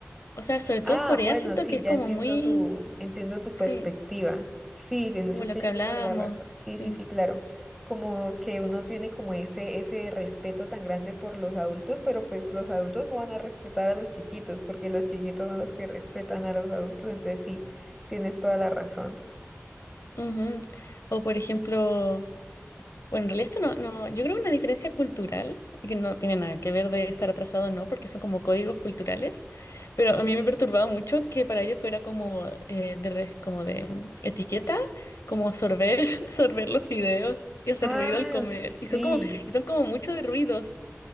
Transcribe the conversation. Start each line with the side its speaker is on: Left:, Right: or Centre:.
Left: o sea, sobre todo
Centre: Ah,
Left: Corea,
Centre: bueno,
Left: siento
Centre: sí,
Left: que es
Centre: ya
Left: como
Centre: entiendo
Left: muy,
Centre: tu, entiendo tu
Left: sí,
Centre: perspectiva. Sí, en
Left: como
Centre: eso
Left: lo
Centre: tienes
Left: que hablábamos,
Centre: toda la razón. Sí,
Left: sí.
Centre: sí, sí, claro. Como que uno tiene como ese, ese respeto tan grande por los adultos, pero pues los adultos no van a respetar a los chiquitos, porque los chiquitos son los que respetan a los adultos, entonces sí, tienes toda la razón.
Left: Ujú. O por ejemplo, Bueno, en realidad esto no, no, yo creo que una diferencia cultural, y que no tiene nada que ver de estar atrasado o no, porque son como códigos culturales, pero a mí me perturbaba mucho que para ellos fuera como eh, de, re- como de mm, etiqueta, como sorber, <laughs> sorber los fideos y hacer
Centre: Ah,
Left: ruido al comer,
Centre: sí.
Left: y son como, y son como mucho de ruidos.